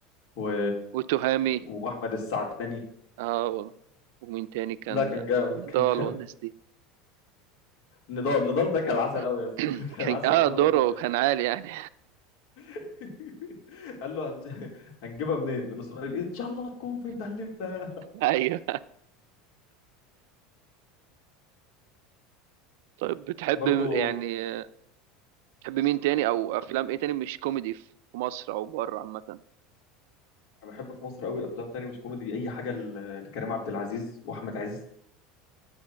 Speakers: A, on the left; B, on the right.
A: و...
B: وتهامي
A: وأحمد السعداني
B: اه و- ومين تاني كان
A: لا كان جامد
B: نضال
A: كان جامد
B: والناس دي
A: نضال نضال ده كان عسل قوي
B: <clears throat>
A: يا اسطى <laughs> كان
B: كان
A: عسل
B: اه
A: قوي
B: دوره
A: قوي بجد
B: كان عالي يعني
A: <laughs> قال له هنج... هنجيبها منين من اسرائيل ان شاء الله تكون في متهلبنا
B: <laughs> ايوه طيب بتحب
A: برضو
B: يعني آه، بتحب مين تاني او افلام ايه تاني مش كوميدي في مصر او بره عامه
A: انا بحب في مصر قوي افلام تانية مش كوميدي اي حاجه ل- لكريم عبد العزيز واحمد عز